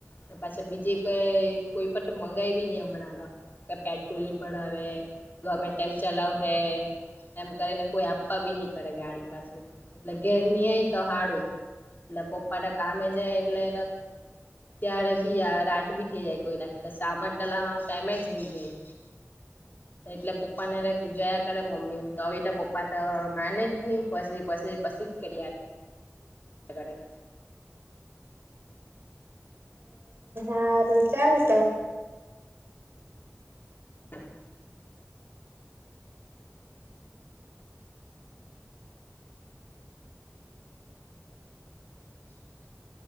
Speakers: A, on the left; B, on the right.
A: જ પાછી બીજે કઈ કોઈ પણ મંગાવી નઈ હમણાં તો કે પેટ્રોલ ની ભણાવે ગમેતેમ ચલાવ હે એમ કરીને કોઈ આપવા બી નહી કરે ગાડી પાછું એટલે ઘેર નની અય તો હાડું એટલેટ કામે જાય એટલે ત્યારે બી આવે રાત બી થઈ જાય કોઈ નાખી તો સામાન તો લાવવાનું ટાઈમે જ રહી જાય એટલે પપ્પા ને રાખી જોયા કરે મમ્મી તો આવી તો પપ્પા તો માને જ નહી પછી પી પાસે પ્રસિદ્ધ કરી્યા એ કડ
B: હ ચાલ તો
A: હ <inaudible>